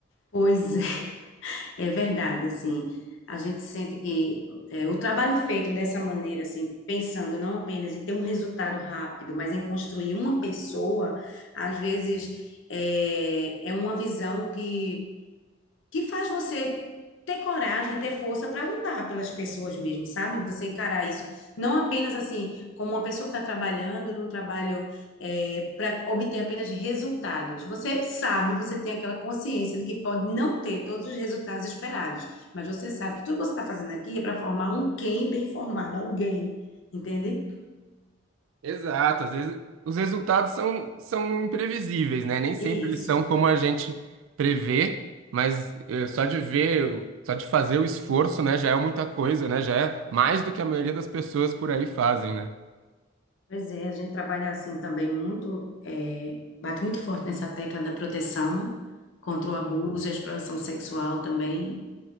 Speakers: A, on the left; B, on the right.
A: Pois é, <laughs> é verdade, assim, a gente sente que é, o trabalho feito dessa maneira, assim, pensando não apenas em ter um resultado rápido, mas em construir uma pessoa, às vezes é, é uma visão que que faz você ter coragem, ter força para lutar pelas pessoas mesmo, sabe? Você encarar isso não apenas assim como uma pessoa que está trabalhando num trabalho para obter apenas resultados. Você sabe, você tem aquela consciência de que pode não ter todos os resultados esperados, mas você sabe que tudo que você está fazendo aqui é para formar um quem bem formado, alguém, entende?
B: Exato, às vezes os resultados são, são imprevisíveis, né? Nem sempre
A: Isso.
B: eles são como a gente prevê, mas eh, só de ver, só de fazer o esforço, né, já é muita coisa, né? Já é mais do que a maioria das pessoas por aí fazem, né?
A: Pois é, a gente trabalha assim também muito, é, bate muito forte nessa tecla da proteção contra o abuso e a exploração sexual também.